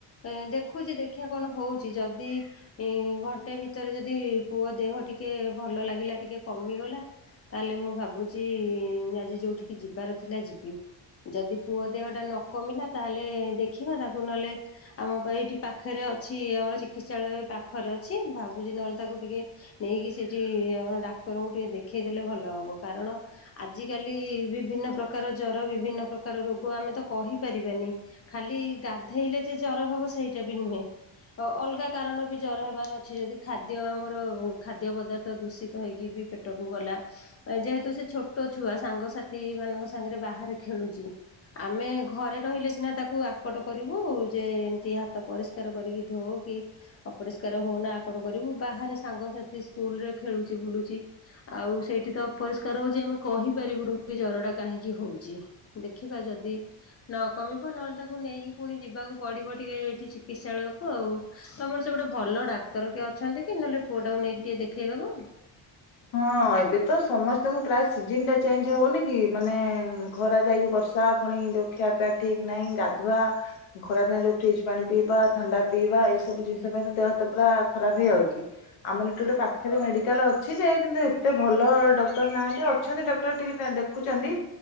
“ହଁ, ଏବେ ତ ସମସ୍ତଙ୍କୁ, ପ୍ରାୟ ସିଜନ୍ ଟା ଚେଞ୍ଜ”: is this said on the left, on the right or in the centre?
Left